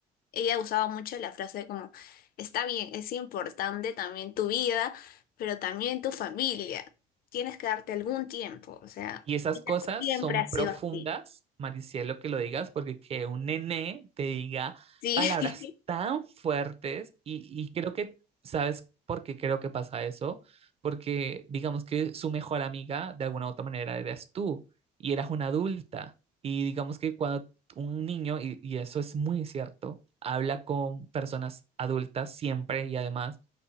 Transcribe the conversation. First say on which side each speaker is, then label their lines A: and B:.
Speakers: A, on the left; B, on the right.
A: Ella usaba mucho la frase como, está bien, es importante también tu vida, pero también tu familia, tienes que darte algún tiempo, o sea,
B: Y esas
A: ella
B: cosas
A: siempre
B: son
A: ha sido
B: profundas,
A: así.
B: Maricielo, que lo digas, porque que un nené te diga
A: Sí.
B: palabras tan fuertes y, y creo que, ¿sabes por qué creo que pasa eso? Porque digamos que su mejor amiga, de alguna u otra manera, eras tú y eras una adulta. Y digamos que cuando un niño, y, y eso es muy cierto, habla con personas adultas siempre y además